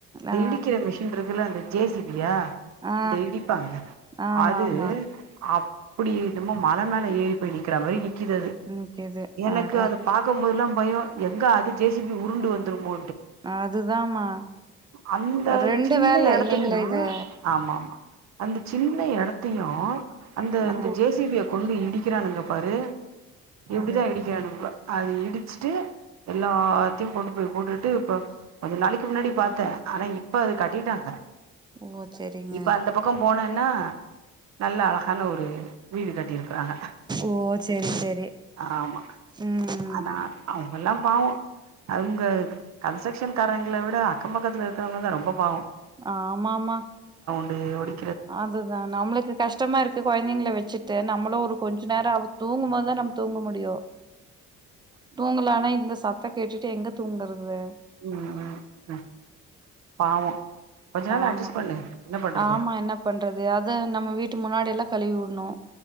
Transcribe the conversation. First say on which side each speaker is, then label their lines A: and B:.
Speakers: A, on the right (about 15°); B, on the right (about 65°).
A: ஆ
B: டிக்கிற மிஷ இதுல வந்து ஜேசிவியா
A: ஆ
B: டிப்பாங்க
A: ஆமா
B: அது
A: ஆமா
B: அ இப்டி இதமமா மழ மேல ஏறி போய் நிற மாரி றது
A: நிக்குது
B: எனக்கு
A: அட
B: அத பாக்கபோதல்லாம் பயம் எங்க அது ஜே சிபி உருண்டு வந்துருமோ
A: அதுதமா
B: அந்த
A: ரெண்டு இரெண்டு
B: சின்ன
A: வேல
B: எடத்துலயு
A: இல்லங்களா இது
B: ஆமா அந்த சின்ன இடத்தையும் அந்த
A: ஆ
B: இந்த ஜேசிபிய கொண்டு இடிக்கிறானுங்க பாரு எப்டிதான்
A: அது
B: இடிக்கரனுக அது இடு ச்சிடு எல்லா கொண்டு போய்ட்டுட்டு இப்ப கொஞ்சம் நாளைக்கு முன்னாடி பாத்தேன் ஆனா இப்ப அதுக்கு கட்டிட்டாங்க
A: ஓ சரிங்க
B: இப்ப அந்த பக்கம் போனே ன்ன நல்ல அழகான ஒரு வீடு கட்டிருக்காங்க
A: ஓ சரி சரி
B: ஆமா
A: ம்
B: ஆனா ஆ ல்லாம் பாவும் அவங்க கன்ஸ்ட்ரக்ஷன் காரணங்கள விட அக்கம் பக்கத்தில் இருக்கிறவங்க தான் ரொம்ப பம்
A: ஆ ஆமா ஆமா
B: அஓடி
A: அதுதான் நம்மளுக்கு கஷ்டமா இருக்கு கொழந்தைங்களை வச்சுட்டு நம்மளும் ஒரு கொஞ்சம் நேரம் தூங்கும்போதான் நம்ம தூங்க முடியும் தூங்கல ஆனா இந்த சத்த கேட்டுட்டு எங்க தூங்குறது
B: ம் ம் ம் பாவம் கொஞ்ச நாள்
A: ஆமா
B: அட்ஜஸ்ட் பண்ணு என்ன பண்றது
A: ஆமா என்ன பண்றது அத நம்ம வீட்டு முன்னாடி எல்லாம் கழுவி விடனும்